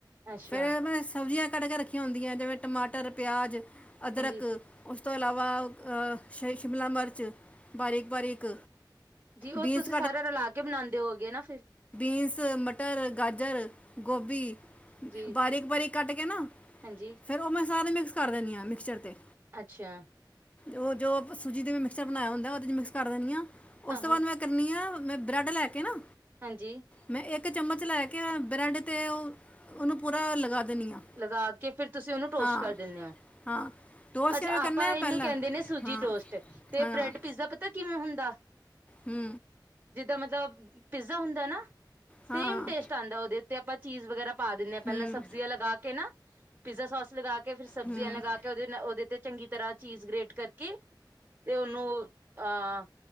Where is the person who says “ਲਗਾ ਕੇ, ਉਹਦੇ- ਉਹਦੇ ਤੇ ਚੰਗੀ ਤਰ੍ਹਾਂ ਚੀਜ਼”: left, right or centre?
Right